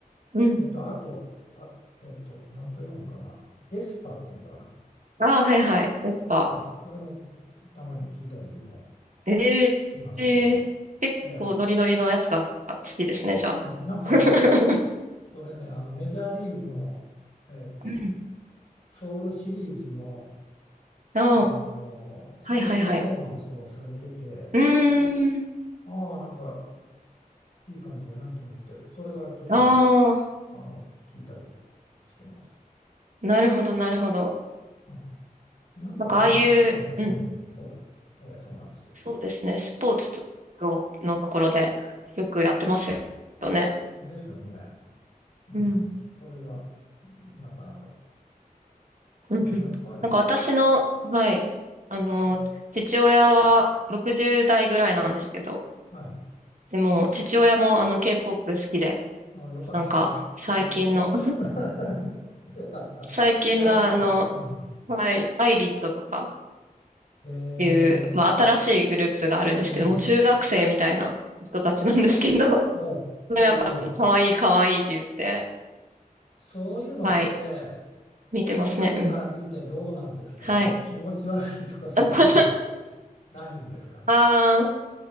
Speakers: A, on the right (about 60°); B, on the left (about 75°).
A: うん。
B: えっと、あと、あ、えっと、なんと読むんかな。エスパっていうのかな。
A: ああ、はいはい。エスパー。
B: うん、それもたまに聞いたりも
A: ええええ結構ノリノリのやつが好きですね、
B: しますけど、ええ
A: じゃあ。
B: うん、なんかね、
A: <laughs>
B: それ、それね、あのメジャーリーグの、えーと、
A: うん。
B: ソウルシリーズの、
A: ああ、
B: あの、それでパフォーマンスをされてて、
A: はいはいはい。うーん。
B: ああ、なんかいい感じやなと思って、それからちょっと、
A: ああ、
B: あの、聞いたりしてます。
A: なるほど、なるほど。
B: うん。なんか、
A: なんかああいう、
B: なんか好みが、うん、
A: うん。
B: そうだ、ええそうなんですよ。
A: そうですね。スポーツの、のところでよくやってますよね。
B: ですよね。うん。
A: うん。
B: それが、なかなか、
A: うんうん。
B: うん、やっぱり、
A: なんか私の、
B: う
A: はい、あの、
B: ん
A: 父親は60代ぐらいなんですけど、
B: はい。
A: でも、父親もあの K-POP 好きで、
B: ああ、よかった。
A: なんか、最近の、
B: 僕も <laughs> よかった。
A: 最近のあの、
B: やっぱり。うん。
A: はい、アイリットとか
B: えー、
A: いう、まあ、新しいグループがあるんですけど、
B: うん。
A: もう中学生みたいな人たちなんですけど、で
B: お、そういうの。
A: もやっぱ、可愛い可愛いって言って、
B: そういうのって、
A: はい、
B: 子供さんから見てどうなんですかね。
A: 見てますね。うん。はい。
B: 気持ち悪いとかそういうのは
A: あ
B: <laughs> ないんですか。
A: あ、